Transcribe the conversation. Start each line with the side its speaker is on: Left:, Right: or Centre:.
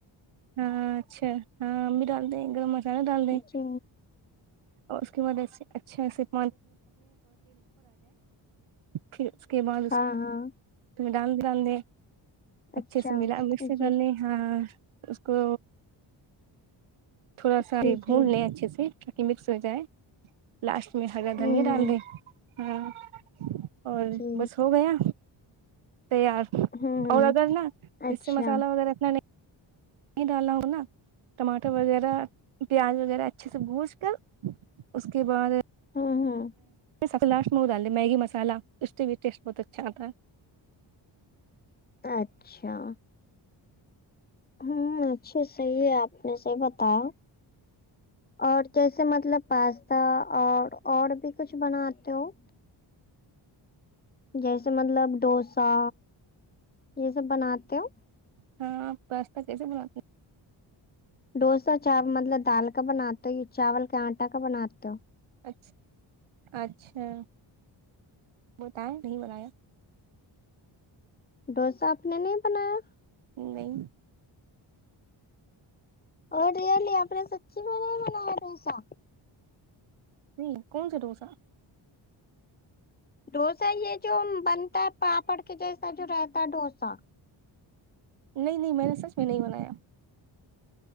Right: ہاں اچھا ہاں ہم بھی ڈال دے گرم مسالہ ڈال دے
Left: جی
Right: اور اس کے بعدسے اچھے پھر اس کے بعد اس
Left: ہاں ہاں
Right: پہ دال بھی ڈالدے اچھے
Left: اچھا
Right: سے ملا مکس
Left: جی
Right: سے کرلے ہاں اس کو تھوڑا سا
Left: جی
Right: یہ
Left: جی
Right: بھون لیں اچھے سے تہ مکس ہو جائے لاسٹ اس میں ہرا
Left: ہوں
Right: دھنیا ڈال
Left: ہوں
Right: دیں ہاں اور
Left: جی
Right: بس ہو گیا تیار
Left: ہوں ہوں
Right: اور اگر نا
Left: اچھا
Right: اس سے مسالہ وغیرہ اتنا نہیں ڈالا ہو نا ٹماٹر وغیرہ پیاز وغیرہ اچھے سے بھج کر اس کے بعد
Left: امم امم
Right: سب سے لاسٹ میں وہ ڈال دے میگی مسالا اس کے سے بھی ٹیسٹ بہت اچھا آتا ہے
Left: اچھا امم اچھا صحیع ہے آپ نے صحیع بتایا اور جیسے مطلب پاستا اور اور بھی کچھ بناتے ہو جیسے مطلب ڈوسا یہ سب بناتے ہو
Right: ہاں آپ پاستا کیسے بناتی ہیں
Left: ڈوسا چاپ مطلب دال کا بناتے ہو چاول کے آٹا کا بناتے ہو
Right: اچھا اچھا بتائیں نہیں بنایا
Left: ڈوسا آپ نے نہیں بنایا
Right: نہیں
Left: اور ریئلی اپے سچی میں نہیں بنایاڈوسا
Right: نہیں کون سے ڈوسا
Left: ڈوسا یہ جو بنتا ہے پاپڑ کے جیسا جو رہتا ہے ڈوسا
Right: نہیں نہیں میں نے سچ میں نہیں بنایا